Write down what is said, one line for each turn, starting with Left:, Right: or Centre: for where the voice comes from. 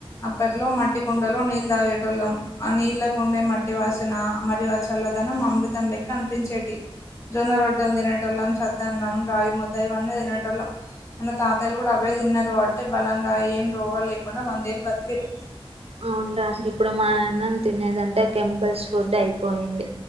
Left: అప్పట్లో మట్టి కుండలో నీళ్లు తాగేటోళ్ళం ఆ నీళ్ళ కుండే మట్టి వాసనా మరియు అచ్ చల్లదనం అమృతం లెక్క అనిపించేటి జొన్న రొట్టెలు తినేటోలం చద్దనం రావి ము ద్ద ఇవన్నీ తినేటోల్లం మన తాతయ్యలు కూడా అవే తిన్నారు కాబట్టే బలంగా ఏం రోగాలు లేకుండా వందేళ్లు బతికిరు
Right: అవున్డ్రా ఇప్పుడు మా అన్నం తినేదంటే కెమికల్స్ ఫుడ్ అయిపోయింది